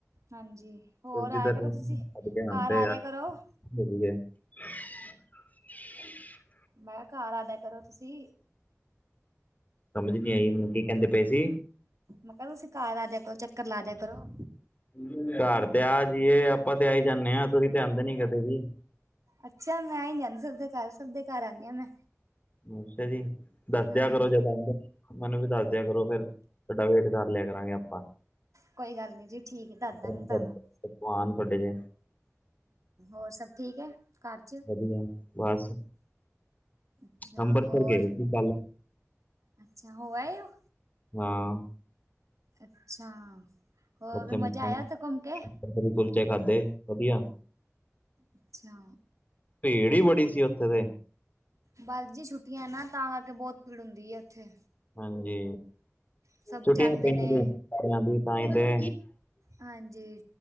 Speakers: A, on the right; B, on the left.
A: ਹਾਂਜੀ
B: <unintelligible>
A: ਹੋਰ ਆਇਆ ਕਰੋ ਤੁਸੀਂ। ਘਰ
B: ਵਧੀਆ
A: ਆ ਜਾਇਆ ਕਰੋ।
B: <unintelligible>
A: ਮੈਂ ਘਰ ਆ ਜਿਆ ਕਰੋ ਤੁਸੀਂ
B: ਸਮਝ ਨਹੀਂ ਆਈ ਕੀ ਕਹਿੰਦੇ ਪੇ ਸੀ
A: ਮੈਂ ਕਿਹਾ ਤੁਸੀਂ ਘਰ ਆ ਜਾਕੋ ਚੱਕਰ ਲਾ ਜਿਆ ਕਰੋ
B: <unintelligible> ਜੀ ਆਪਾਂ ਤੇ ਜਾਨੇ ਆ। ਤੁਸੀਂ ਧਿਆਨ ਦੇਣੀ ਕਦੇ ਜੀ।
A: ਅੱਛਾ ਮੈਂ ਹੀ ਨੀ ਆਂਦੀ ਸਭ ਦੇ ਸਭ ਦੇ ਘਰ ਆਉੰਦੀ ਆ ਮੈਂ
B: <unintelligible> ਦੱਸ
A: ਹੂੰ।
B: ਦਿਆ ਕਰੋ ਜਦਾ ਸਾਨੂੰ ਵੀ ਦੱਸ ਦਿਆ ਕਰੋ ਫਿਰ, ਫਡਾ ਵੇਟ ਕਰ ਲਿਆ ਕਰਾਂਗੇ ਆਪਾਂ।
A: ਕੋਈ ਗੱਲ ਨਹੀਂ ਜੀ ਠੀਕ <unintelligible> ਤੁਹਾਨੂੰ
B: ਪਕਵਾਨ ਤੁਹਾਡੇ ਜੇ
A: ਔਰ ਸਭ ਠੀਕ ਹ ਘਰ ਚ
B: ਵਧੀਆ ਬਸ
A: ਅੱਛਾ
B: ਅੰਬਰਸਰ
A: ਹੋਰ
B: ਗਏ ਸੀ। ਕੱਲ
A: ਅੱਛਾ ਹੋ ਆਏ ਉਹ
B: ਹਾਂ
A: ਅੱਛਾ। ਹੋਰ
B: <unintelligible>
A: ਫਿਰ ਮਜ਼ਾ ਆਇਆ ਉੱਥੇ ਘੁੰਮ ਕੇ
B: ਕੁਲਚੇ ਖਾਦੇ ਵਧੀਆ
A: ਅੱਛਾ।
B: ਭੀੜ ਹੀ ਬੜੀ ਸੀ ਉੱਥੇ ਤੇ
A: ਬਸ ਜੀ ਛੁੱਟੀਆਂ ਨਾ ਤਾਂ ਕਰਕੇ ਬਹੁਤ ਭੀੜ ਹੁੰਦੀ ਆ ਉੱਥੇ
B: ਹਾਂਜੀ
A: ਸਭ
B: ਛੁਟੀਆਂ
A: ਜਾਂਦੇ
B: ਪਾਈਆਂ
A: ਨੇ
B: ਦੀਆਂ ਸਾਰਿਆਂ ਦੀਆਂ ਤਾਂ ਏ ਤੇ
A: ਹਾਂਜੀ